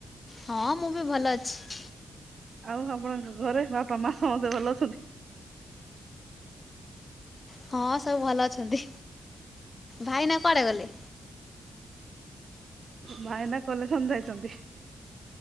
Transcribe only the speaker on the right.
ଆଉ ଆପଣଙ୍କ ଘରେ ବାପା ମା ସମସ୍ତେ ଭଲ ଅଛନ୍ତି?
ଭାଇନା କଲେସନ୍ ଯାଇଚନ୍ତି।